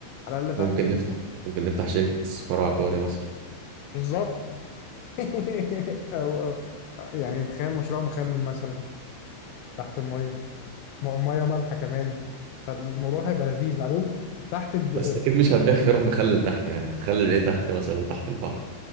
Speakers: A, on the left; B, on the right.
A: على الاقل تحت
B: ممكن نفتح ممكن نفتح شركة استثمار عقاري مثلا
A: بالظبط <laughs> او أو- يعني تخيل مشروع مخلل مثلا تحت المية م- مية مالحة كمان فالموضوع هيبقى لذيذ بعدين تحت الد...
B: بس أكيد مش هتبيع خيار مخلل تحت يعني هتخلل إيه تحت مثلا تحت البحر